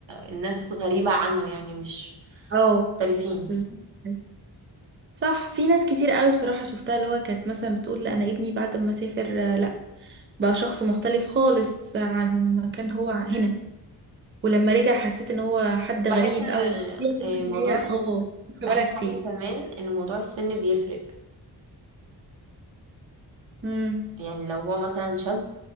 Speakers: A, on the right (about 80°); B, on the right (about 30°).
A: الناس غريبة عنه يعني مش
B: اه
A: مختلفين
B: بالظبط كده. صح في ناس كتير قوي بصراحة شفتها اللي هو كانت مثلا بتقول لا انا ابني بعد ما سافر آه، لا بقى شخص مختلف خالص عن ما كان هو هنا ولما رجع حسيت ان هو حد غريب
A: بحس إن
B: قوي بطبيعته
A: آه،
B: الناس
A: موضوع
B: اللي هي اه
A: ال...
B: عارفة
A: بحس
B: بقالها كتير
A: حاجة كمان إن موضوع السن بيفرق
B: امم
A: يعني لو هو مثلا شاب